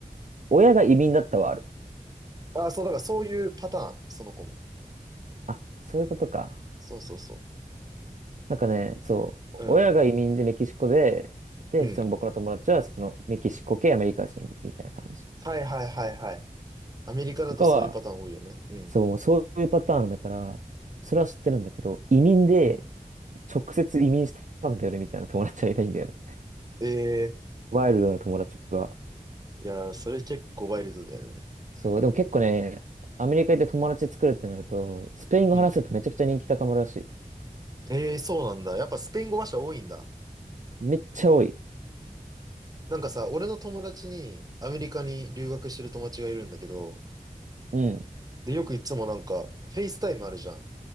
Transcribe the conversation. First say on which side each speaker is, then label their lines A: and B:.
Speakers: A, on the right; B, on the right.
A: 親が移民だったはある。
B: ああ、そう、だからそういうパターン、その子も。
A: あ、そういうことか。
B: そうそうそ
A: なんかね、そう、
B: う。うん。
A: 親が移民でメキシコで、で、
B: うん。
A: その僕の友達はそのメキシコ系アメリカ人みたいな感じ。
B: はいはいはいはい。アメリカだとそういうパターン多いよね。
A: とかは、
B: うん。
A: そう、そういうパターンだから、それは知ってるんだけど、移民で
B: うん。
A: 直接移民したんだよねみたいな友達はいないんだよね。
B: ええー
A: ワイルドな友達は。
B: いやー、それ結構ワイルドだよね。
A: そう、でも結構ね、アメリカ行って友達作るってなると、スペイン語話せるとめちゃくちゃ人気高まるらしい。
B: うん。ええーそうなんだ。やっぱスペイン語話者多いんだ。
A: めっちゃ多い。
B: なんかさ、俺の友達にアメリカに留学してる友達がいるんだけど、
A: うん、
B: で、よくいつもなんか、フェイスタイムあるじゃん。